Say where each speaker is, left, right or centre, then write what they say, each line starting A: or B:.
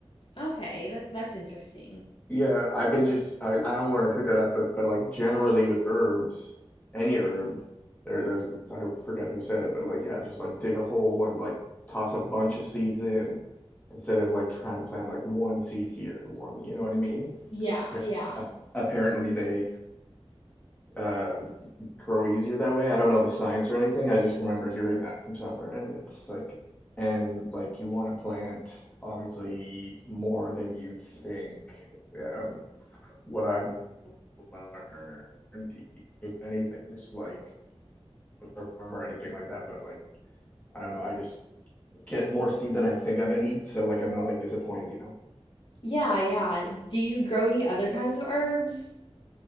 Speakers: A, on the left; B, on the left.
A: Okay, that that's interesting.
B: Yeah, I've been just I, I don't know where I picked that up, but but like generally with herbs, any herb, there there's I forget who said it, but like yeah, just like dig a hole and like toss a bunch of seeds in instead of like trying to plant like one seed here, one, you know what I mean?
A: Yeah,
B: Appar-
A: yeah.
B: ap- Apparently they uh grow easier that way. I don't know the science or anything. I just remember hearing that from somewhere, and it's like, and like you want to plant obviously more than you think. Um, what I've learned with anything, just like a farm or anything like that. But like, I don't know. I just get more seed than I think I'm gonna need, so like I'm not like disappointed, you know.
A: Yeah, yeah. Do you grow any other kinds of herbs?